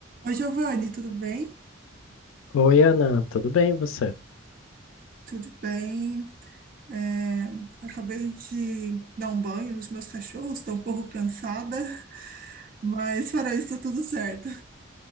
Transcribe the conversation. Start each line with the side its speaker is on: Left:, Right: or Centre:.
Right: Oi, Giovanni, tudo bem?
Left: Oi, Ana, tudo bem você?
Right: Tudo bem. É, acabei de dar um banho nos meus cachorros, estou um pouco cansada, <laughs> mas fora isso, tá tudo certo.